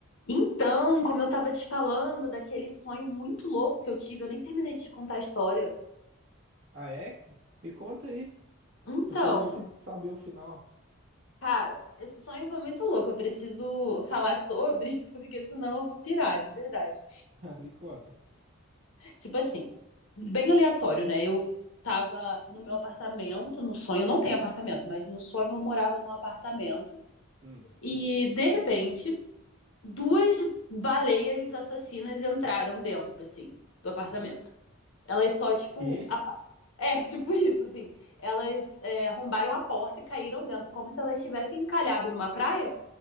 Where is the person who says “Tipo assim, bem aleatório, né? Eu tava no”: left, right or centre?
Left